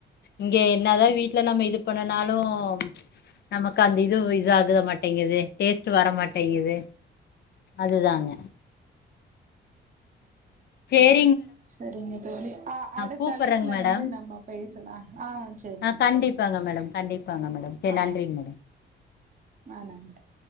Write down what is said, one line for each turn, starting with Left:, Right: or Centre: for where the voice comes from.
Left: இங்க என்னாதான் வீட்டுல நம்ம இது பண்ணனாலும் நமக்கு அந்த இது இது ஆக மாட்டேங்குது டேஸ்ட் வர மாட்டேங்குது அதுதாங்க சேரி
Right: சரிங்க தோழி ஆ அடுத்த
Left: கூப்பறேங்க
Right: சரிங்க தோழிஅழைப்புல
Left: மேடம்
Right: வந்து நம்ம பேசலாம் ஆ சரிங்க
Left: ஆ கண்டிப்பாங்க
Right: தோழி
Left: மேடம் கண்டிப்பாங்க மேடம் சரி
Right: ஆ
Left: நன்றிங்க மேடம்
Right: ஆ நன்றி